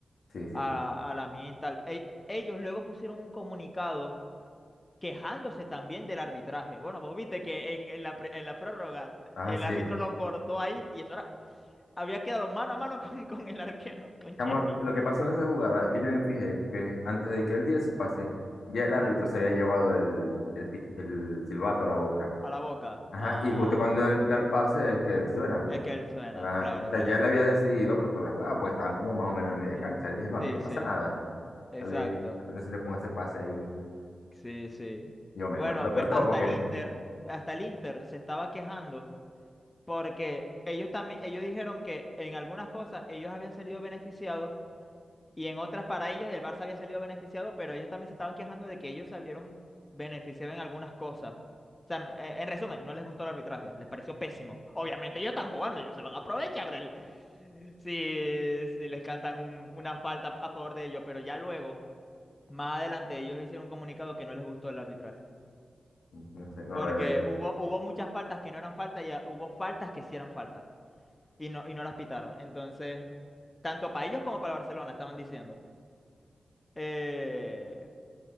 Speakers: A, on the left; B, on the left.
A: Sí, sí.
B: a, a la Mintal. Ey, ellos luego pusieron un comunicado quejándose también del arbitraje. Bueno, vos viste que en, en la, pr- en la prórroga
A: Ah,
B: el
A: sí.
B: árbitro lo cortó ahí y eso era- había quedado mano a mano con, con el arquero, <laughs> con
A: Chamo,
B: Chesney.
A: lo que pasó en esa jugada es que yo me fijé que antes de que él diera ese pase, ya el
B: Ujú.
A: árbitro se había llevado el, el, pit- el silbato a la boca.
B: A la boca.
A: Ajá,
B: Ah,
A: y justo cuando él da el pase es que él suena.
B: es que él suena,
A: Ajá,
B: claro,
A: o sea,
B: claro.
A: ya él había decidido cortar la jugada porque estaban como más o menos en media
B: Sí,
A: cancha. Él dije, no, aquí
B: sí,
A: no pasa
B: sí,
A: nada.
B: exacto.
A: Al de repente salió con ese pase ahí.
B: Sí, sí.
A: Y yo, menos
B: Bueno,
A: mal que lo cortó
B: pe- hasta
A: porque
B: el
A: mm,
B: Inter, hasta el Inter se estaba quejando porque ellos también, ellos dijeron que en algunas cosas ellos habían salido beneficiados y en otras para ellos el Barça había salido beneficiado, pero ellos también se estaban quejando de que ellos salieron beneficiados en algunas cosas. O sea, en en resumen, no les gustó el arbitraje, les pareció pésimo. Obviamente ellos están jugando, ellos se van a aprovechar del, Sí, sí, les cantan un- una falta a favor de ellos, pero ya luego, más adelante, ellos hicieron un comunicado que no les gustó el arbitraje.
A: no sé, no
B: Porque
A: lo había visto.
B: hubo, hubo muchas faltas que no eran faltas y ah, hubo faltas que sí eran faltas y no, y no las pitaron. Entonces, tanto para ellos como para Barcelona estaban diciendo. Eh,